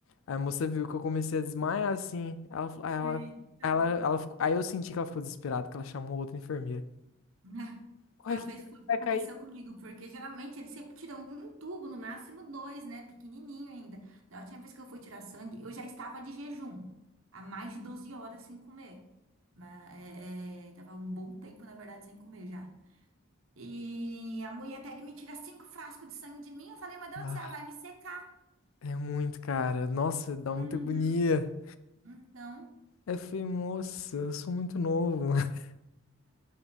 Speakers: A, on the left; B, on the right.
A: Aí a moça viu que eu comecei a desmaiar assim. Ela, fa- aí ela,
B: Eita.
A: ela, ela ficou- aí eu senti que ela ficou desesperada, que ela chamou outra enfermeira.
B: Ah,
A: Corre
B: Talvez
A: que você
B: foi o
A: vai
B: que aconteceu
A: cair.
B: comigo, porque geralmente eles sempre tiram um tubo, no máximo dois, né? Pequenininho ainda. Da última vez que eu fui tirar sangue, eu já estava de jejum, há mais de 12 horas sem comer. Mas é, é, tava um bom tempo, na verdade, sem comer já. E a mulher pega e me tira cinco frascos de sangue de mim. Eu falei, meu Deus
A: Ah,
B: do céu, vai me secar.
A: é muito, cara. Nossa, dá
B: Uhum.
A: muita agonia.
B: Então,
A: Aí eu falei, moça, eu sou muito novo. <laughs>